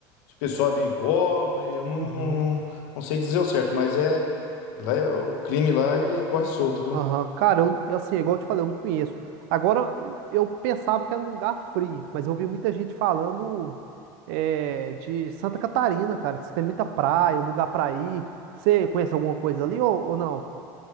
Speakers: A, on the left; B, on the right.
A: se o pessoal é bem pobre, eu não,
B: Uhum.
A: não, não sei dizer o certo, mas é, lá é- o crime lá ele corre solto, viu?
B: Aham, Cara, eu, eu, assim, igual eu te falei, eu não conheço. Agora, o- eu pensava que era um lugar frio, mas eu vi muita gente falando é, de Santa Catarina, cara. Diz que Tem muita praia, lugar pra ir. Você conhece alguma coisa ali ou, ou não?